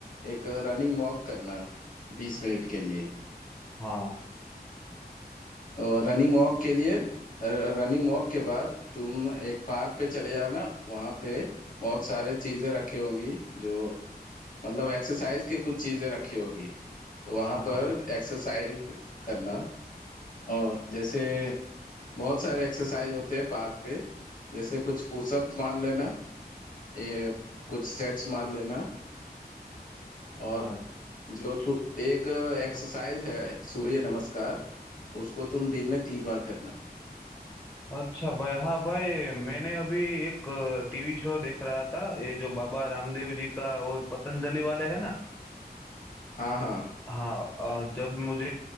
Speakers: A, on the left; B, on the left.
A: एक रनिंग वॉक करना बीस मिनट के लिए
B: हाँ
A: और रनिंग वॉक के लिए रनिंग वॉक के बाद तुम एक पार्क पे चले जाना वहाँ पे बहुत सारे चीजें रखी होंगी जो मतलब एक्सरसाइज के कुछ चीजें रखी होगी तो वहाँ
B: हाँ
A: पर एक्सरसाइज करना और जैसे बहुत सारे एक्सरसाइज होते हैं पार्क पे जैसे कुछ पुशअप मार लेना ये कुछ सेट्स मार लेना और
B: हाँ।
A: जो सु, एक एक्सरसाइज है सूर्य नमस्कार उसको तुम दिन में तीन बार करना
B: अच्छा भाई हाँ भाई मैंने अभी एक टीवी शो देख रहा था ये जो बाबा रामदेव जी का वो पतंजलि वाले है ना
A: हाँ हाँ
B: हाँ अ, जब मुझे